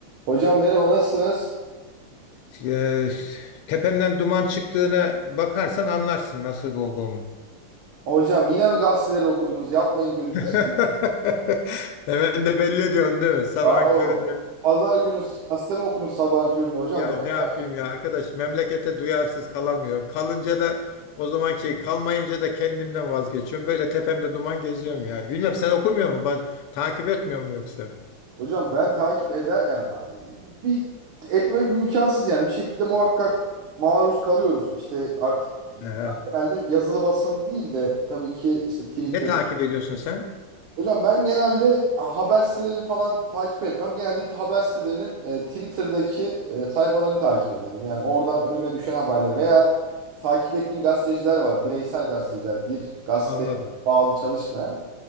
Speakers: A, on the right; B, on the left.
A: Hocam merhaba nasılsınız?
B: Ee, tepemden duman çıktığına bakarsan anlarsın nasıl olduğumu.
A: Hocam yine mi gazeteleri okudunuz? Yapmayın gözünü
B: <laughs>
A: seveyim.
B: Hemen de belli ediyorum değil mi? Sabahın
A: Yahu,
B: köründe
A: Pazar günü gazete mi okunur sabahın köründe hocam?
B: ya
A: Bırak
B: ne yapayım
A: ya.
B: ya arkadaş memlekete duyarsız kalamıyorum. Kalınca da o zaman zamanki kalmayınca da kendimden vazgeçiyorum. Böyle tepemde duman geziyorum yani. Bilmem sen okumuyor mu? Ba- takip etmiyor mu yoksa?
A: Hocam ben takip eder yani bir etmek imkansız yani bir şekilde muhakkak maruz kalıyoruz. İşte artık
B: Ee,
A: genelde yazılı basın değil de tabii ki işte Twitter
B: ne takip ediyorsun sen?
A: Hocam ben genelde haber siteleri falan takip etmem. Genelde haber sitelerinin e, Twitter'daki e, sayfalarını takip ederim. Yani oradan önüme düşen haberleri veya takip ettiğim gazeteciler var. Bireysel gazeteciler. Bir gazete
B: Anladım.
A: bağlı çalışmayan.